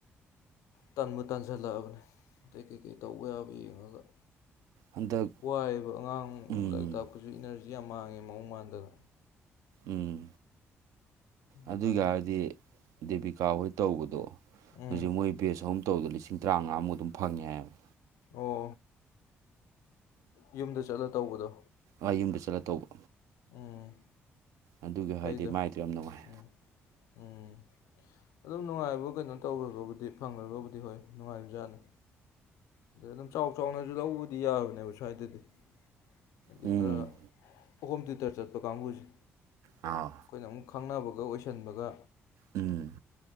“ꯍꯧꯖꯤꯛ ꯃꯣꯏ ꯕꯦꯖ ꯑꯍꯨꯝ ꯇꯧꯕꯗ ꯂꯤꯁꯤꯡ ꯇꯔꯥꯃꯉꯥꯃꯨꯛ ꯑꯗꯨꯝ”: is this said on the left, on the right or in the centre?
Right